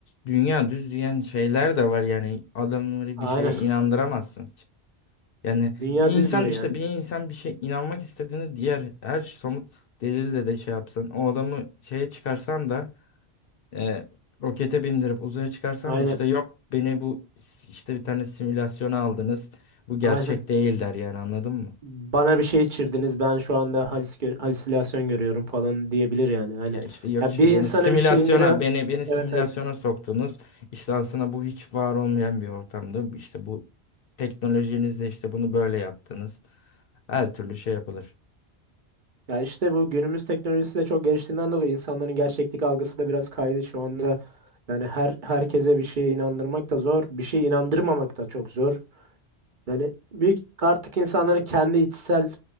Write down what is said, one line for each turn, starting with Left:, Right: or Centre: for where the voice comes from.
Left: dünya düz diyen şeyler de var yani adamları
Right: Aynen.
Left: bir şeye inandıramazsın ki. Yani
Right: <laughs> Dünya
Left: bir insan
Right: düz diyor yani.
Left: işte bir insan bir şey inanmak istediğini diğer her somut delille de şey yapsın. O adamı şeye çıkarsan da e, rokete bindirip uzaya çıkarsan
Right: Aynen.
Left: da işte yok beni bu s- işte bir tane simülasyona aldınız. Bu gerçek
Right: Aynen.
Left: değil der yani anladın mı?
Right: Bana bir şey içirdiniz. Ben şu anda halis gö- halüsinasyon görüyorum falan diyebilir yani. Aynen.
Left: Ya işte yok
Right: Ya
Left: işte
Right: bir insana
Left: beni simülasyona
Right: bir şey indire
Left: beni beni simülasyona
Right: Evet evet.
Left: soktunuz. İşte aslında bu hiç var olmayan bir ortamda işte bu teknolojinizle işte bunu böyle yaptınız. Her türlü şey yapılır.
Right: Ya işte bu günümüz teknolojisi de çok geliştiğinden dolayı insanların gerçeklik algısı da biraz kaydı şu anda. Yani her herkese bir şeye inandırmak da zor, bir şeye inandırmamak da çok zor. Yani büyük artık insanların kendi içsel